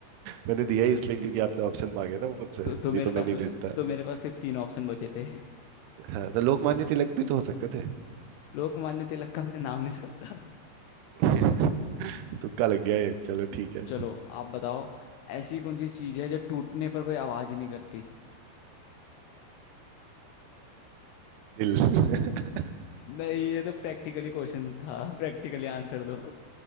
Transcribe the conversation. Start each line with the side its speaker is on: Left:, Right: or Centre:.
Right: मैंने दिया ही इसलिए क्योंकि आपने ऑप्शन मांगे ना मुझसे
Left: तो
Right: नहीं
Left: तो मेरे
Right: तो
Left: पास
Right: मैं नहीं देता
Left: तो मेरे पास सिर्फ तीन ऑप्शन बचे थे
Right: हाँ तो लोकमान्य तिलक भी तो हो सकते थे
Left: लोकमान्य तिलक का मैंने नाम नहीं सुना
Right: <laughs> तुक्का लग गया ये चलो
Left: <laughs>
Right: ठीक है
Left: चलो आप बताओ ऐसी कौन सी चीज है जो टूटने पर कोई आवाज नहीं करती
Right: दिल <laughs>
Left: नहीं ये तो प्रैक्टिकली क्वेश्चन था प्रैक्टिकली आंसर दो